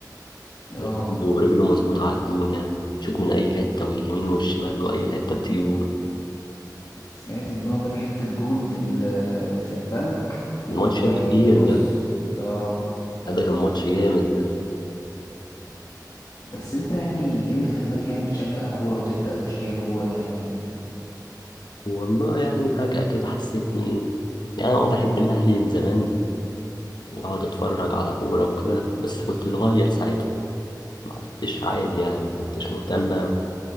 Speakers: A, on the left; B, on the left.
A: اه
B: رجله رجله مظبوطه على الجون يعني شوت من اي حته ويمين والشمال واي حته بتيجي جون
A: سمعت ان هو جاب حتة جون في ال- في البنك
B: الماتش
A: ما
B: الاخير
A: يا بص
B: ده
A: اه
B: ده كان ماتش جامد ده
A: بس انت يعني ايه اللي خلاك يعني تشجع كورة وتبدأ تشجيع كورة يعني
B: والله يعني فجاه كده حسيتني ايه يعني انا آه بحب الاهلي من زمان واقعد اتفرج على كوره وكده بس كنت صغير ساعتها ما كنتش عادي يعني ما كنتش مهتم أوي.